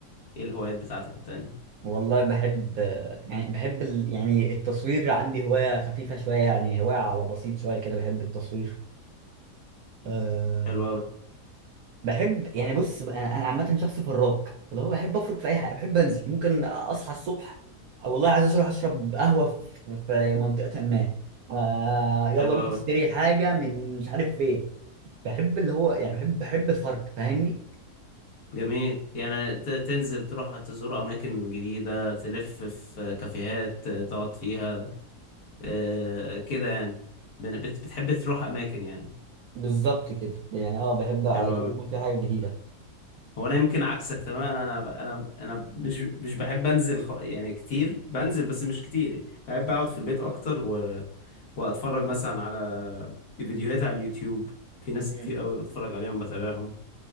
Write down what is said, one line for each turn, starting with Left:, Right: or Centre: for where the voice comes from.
Left: ايه الهوايات بتاعتك التانية
Right: والله بحب يعني بحب ال... يعني التصوير عندي هواية خفيفة شوية يعني هواية على بسيط شوية كده بحب التصوير أه...
Left: حلو أوي
Right: بحب يعني بص أنا أنا عامة شخص فراك اللي هو بحب أفرك في أي حاجة بحب أنزل ممكن أصحى الصبح أو والله عايز أروح أشرب قهوة في في منطقة ما أه... يلا
Left: حلو
Right: نروح
Left: أوي
Right: نشتري حاجة من مش عارف فين بحب اللي هو يعني بحب بحب الفرق فاهمني
Left: جميل يعني ت- تنزل تروح تزور أماكن جديدة تلف في كافيهات تقعد فيها آه، كده يعني بن- بت- بتحب تروح أماكن يعني
Right: بالظبط كده يعني اه بحب على
Left: حلو
Right: طول
Left: أوي
Right: يكون في حاجة جديدة
Left: هو أنا يمكن عكسك تماما أنا ب- أنا ب- أنا مش مش بحب أنزل خ- يعني كتير بنزل بس مش كتير بحب أقعد في البيت أكتر و... وأتفرج مثلا على فيديوهات على اليوتيوب في ناس
Right: مم.
Left: كتير أوي بتفرج عليهم بتابعهم